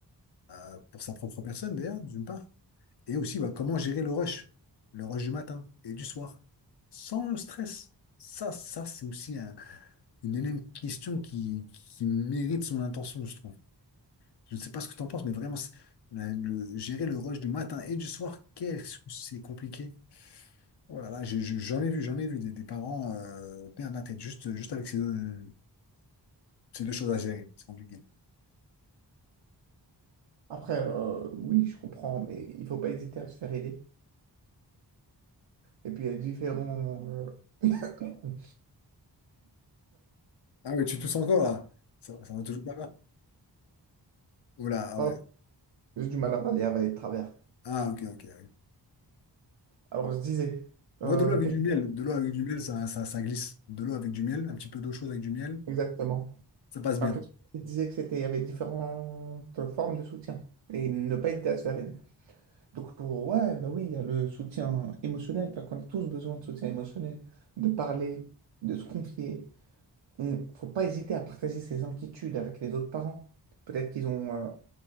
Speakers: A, on the left; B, on the right.
A: euh, pour sa propre personne, d'ailleurs, d'une part. Et aussi, bah, comment gérer le rush, le rush du matin et du soir, sans le stress. Ça, ça, c'est aussi une énième question qui, qui mérite son intention, je trouve. Je ne sais pas ce que tu en penses, mais vraiment, c'est- la- le- gérer le rush du matin et du soir, qu'est-ce que c'est compliqué. Oh là là, je- je- j'en ai vu, j'en ai vu des, des parents euh, perdre la tête juste, juste avec ces deux, ces deux choses à gérer. C'est compliqué.
B: Après, euh, oui, je comprends, mais il faut pas hésiter à se faire aider. Et puis, il y a différents... euh, <coughs>
A: Ah oui, tu tousses encore là? Ça, ça va toujours pas mal. Oh là, ah
B: Pardon,
A: ouais.
B: j'ai du mal à avaler, avaler de travers.
A: Ah ok, ok. oui.
B: Alors, je disais,
A: Moi,
B: euh,
A: de l'eau avec
B: qu'est-ce
A: du
B: que
A: miel, de l'eau avec du miel, ça, ça, ça glisse. De l'eau avec du miel, un petit peu d'eau chaude avec du miel,
B: exactement?
A: ça passe
B: Alors,
A: bien.
B: qu'est-ce que tu disais que c'était, il y avait différentes formes de soutien et ne pas hésiter à se faire aider. Donc, pour- ouais, bah oui, il y a le soutien émotionnel, parce qu'on a tous besoin de soutien émotionnel, de parler, de se confier. Il faut pas hésiter à partager ses inquiétudes avec les autres parents. Peut-être qu'ils ont, euh,